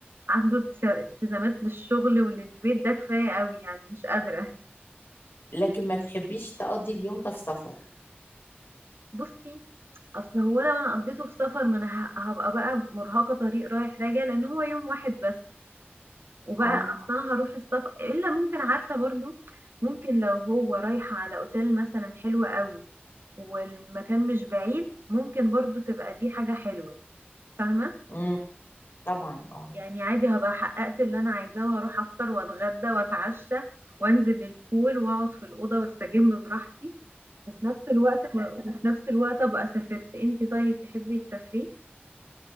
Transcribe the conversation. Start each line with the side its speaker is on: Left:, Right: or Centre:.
Right: عنده التزا- التزامات للشغل وللبيت ده كفاية قوي يعني مش قادرة
Left: لكن ما تحبيش تقضي اليوم ده في سفر
Right: بصي اصل هو لو انا قضيته في سفر ما انا ه- هبقى بقى مرهقه طريق رايح راجع لان هو يوم واحد بس وبقى
Left: اه
Right: اصل انا هروح السفر الا ممكن عارفه برضو ممكن لو هو رايحه على اوتيل مثلا حلو قوي والمكان مش بعيد ممكن برضو تبقى دي حاجه حلوه فاهمه
Left: امم طبعا اه
Right: يعني عادي هبقى حققت اللي انا عايزاه وهروح افطر واتغدى واتعشى وانزل البول واقعد في الاوضه واستجم براحتي وفي نفس الوقت وفي نفس الوقت ابقى سافرت انتي طيب تحبي تسافري